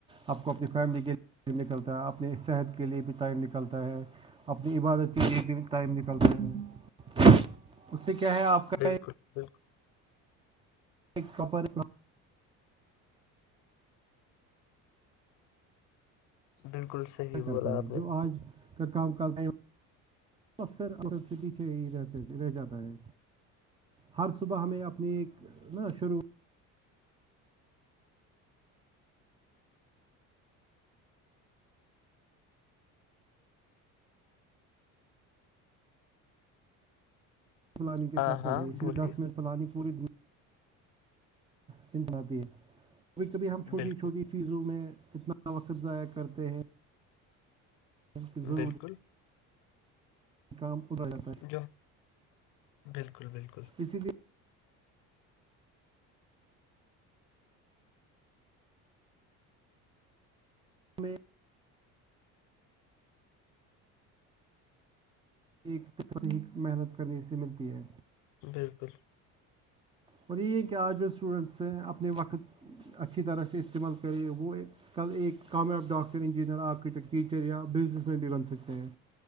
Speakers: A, on the right; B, on the left.
A: آپ کو اپنی فیملی کے لیےم نکلتا ہے اپنی صحت کے لیے بھی ٹائم نکلتا ہے اپنی عبادت کے لیے بھی ٹائم نکالتے ہیں اس سے کیا ہے آپ کا
B: بالکل بالکل
A: ایک کپڑ
B: بالکل صحیح
A: کرتا
B: بولا
A: ہے
B: آپ نے
A: جو آج کا کامتے اکثرٹی سے ہی رہتے رہ جاتا ہے ہر صبح ہمیں اپنی ایک نا شروع پلانگ کے
B: ہاں
A: سات
B: ہاں
A: کر ج گے صرف
B: بولیے
A: دس منٹ پلانن پوری دن تناتی ہے کبھی کبھی ہم چھوٹی
B: بالکل
A: چھوٹی چیزوں میں اتنا وقت ضائع کرتے ہیں کہ ضروری
B: بالکل
A: کام ادتا ہے
B: جو بالکل بالکل
A: پیسی ڈی ہمیں ایک صیح محنت کرنے سے ملتی ہے
B: بالکل
A: اور یہ ہے کہ آج جو اسٹوڈنٹس ہیں اپنے وقت اچھی طرح سے استعمال کرے وہ کل ایک کامیاب ڈاکٹر انجینئر آرکیٹیکٹر ٹیچر یا بزنس مین بھی بن سکتے ہیں